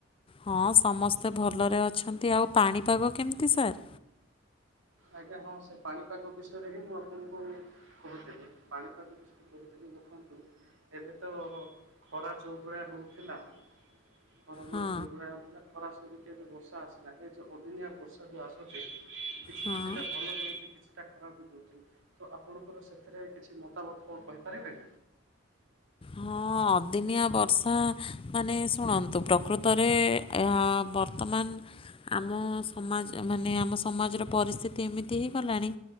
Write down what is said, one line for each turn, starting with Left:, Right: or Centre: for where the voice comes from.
Left: ହଁ ସମସ୍ତେ ଭଲରେ ଅଛନ୍ତି। ଆଉ ପାଣିପାଗ କେମିତି ସାର୍?
Right: ଆଜ୍ଞା ହଁ ସେ ପାଣିପାଗ ବିଷୟରେ ହିଁ ମୁଁ ଆପଣଙ୍କୁ କହୁଥିଲି। ପାଣିପାଗ କହୁଥିଲି ଦେଖନ୍ତୁ, ଏବେ ତ ଖରା ଯଉଭଳିଆ ହଉଥିଲା। ଗରମ
Left: ହଁ
Right: ଯୋଉଭଳିଆ ଖରା ସରିକି ଏବେ ବର୍ଷା ଆସିଲା ଏ ଯୋଉ ଅଦିନିଆ ବର୍ଷା ଯଉ ଆସୁଛି। କିଛି
Left: ହଁ
Right: କିଛିଟା ଭଲ ଦଉଛି ସେ କିଛି ଟା ଖରାପ ବି ଦଉଛି ତ ଆପଣଙ୍କର ସେଥିରେ କିଛି ମତାମତ କଣ କହିପାରିବେ।
Left: ହଁ ଅଦିନିଆ ବର୍ଷା ମାନେ ଶୁଣନ୍ତୁ ପ୍ରକୃତରେ ଏହା ବର୍ତ୍ତମାନ। ଆମ ସମାଜ ମାନେ ଆମ ସମାଜର ପରିସ୍ଥିତି ଏମିତି ହେଇଗଲାଣି